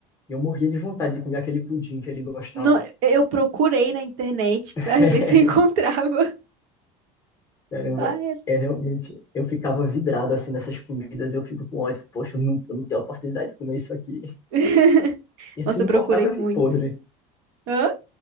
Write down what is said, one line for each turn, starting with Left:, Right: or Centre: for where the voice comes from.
Left: E eu morria
Right: S-
Left: de vontade de comer aquele pudim que ele gostava.
Right: no- eu procurei na internet pra
Left: <laughs>
Right: <laughs> ver se eu encontrava. <laughs>
Left: Caramba,
Right: Ah, era.
Left: é realmente. Eu ficava vidrado assim nessas comidas, eu fico com ódio. Poxa, eu não, eu não tenho oportunidade de comer isso aqui.
Right: <laughs>
Left: E se
Right: Nossa, eu procurei
Left: importar, vai
Right: muito.
Left: vir podre.
Right: Hã?